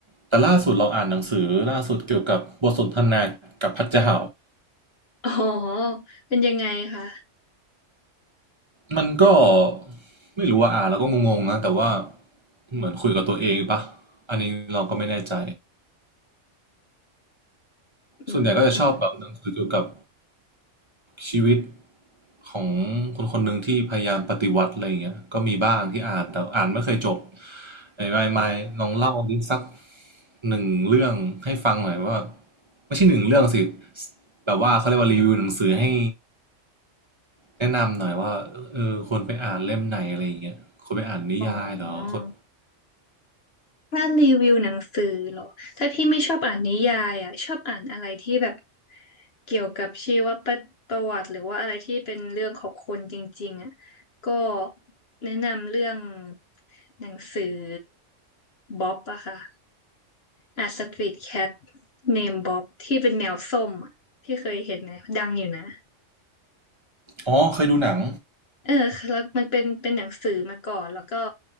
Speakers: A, on the right; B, on the left.
A: แต่ล่าสุดเราอ่านหนังสือล่าสุดเกี่ยวกับบทสนทนากับพระเจ้า
B: อ๋อเป็นยังไงคะ
A: มันก็ไม่รู้ว่าอ่านแล้วก็งงๆนะแต่ว่าเหมือนคุยกับตัวเองปะอันนี้เราก็ไม่แน่ใจ
B: อืม
A: ส่วนใหญ่ก็จะชอบแบบหนังสือเกี่ยวกับชีวิตของคนคนหนึ่งที่พยายามปฏิวัติอะไรอย่างเงี้ยก็มีบ้างที่อ่านแต่อ่านไม่เคยจบไอ้ไม่ไม่ลองเล่าดิสักหนึ่งเรื่องให้ฟังหน่อยว่าไม่ใช่หนึ่งเรื่องสิแบบว่าเขาเรียกว่ารีวิวหนังสือให้แนะนำหน่อยว่าเออควรไปอ่านเล่มไหนอะไรอย่างเงี้ยควรไปอ่านนิยายเหรอคน
B: อ๋อ ถ้ารีวิวหนังสือเหรอถ้าพี่ไม่ชอบอ่านนิยายอ่ะชอบอ่านอะไรที่แบบเกี่ยวกับชีวประประวัติหรือว่าอะไรที่เป็นเรื่องของคนจริงๆอ่ะก็แนะนำเรื่องหนังสือบ๊อบอะค่ะอ่ะสตรีทแคทเนมบ๊อบที่เป็นแมวส้มอะพี่เคยเห็นไหมดังอยู่นะ
A: อ๋อเคยดูหนัง
B: เออแล้วมันเป็นเป็นหนังสือมาก่อนแล้วก็